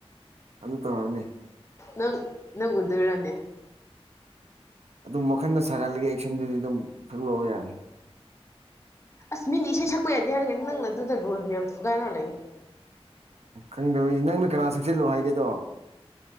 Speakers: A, on the right; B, on the left.
A: ꯑꯝꯇ ꯇꯧꯔꯣꯅꯦ
B: ꯅꯪ ꯅꯪ ꯎꯗꯣꯏꯔꯅꯦ
A: ꯑꯗꯨꯝ ꯋꯥꯈꯜꯅ ꯁꯥꯒꯠꯂꯒ ꯑꯦꯛꯁꯟꯗꯨꯗꯤ ꯑꯗꯨꯝ ꯁꯛꯂꯛꯑꯣ ꯌꯥꯔꯦ
B: ꯑꯁ ꯃꯤꯅ ꯏꯁꯩ ꯁꯛꯄ ꯌꯥꯗꯦ ꯍꯥꯏꯔꯒ ꯅꯪꯅ ꯑꯗꯨꯗ ꯔꯨꯜ ꯃꯌꯥꯝ ꯊꯨꯒꯥꯏꯔ ꯂꯩꯌꯣ
A: ꯈꯪꯗꯕꯩꯅꯤ ꯅꯪꯅ ꯀꯅꯥ ꯁꯛꯆꯜꯂꯣ ꯍꯥꯏꯒꯦꯗꯣ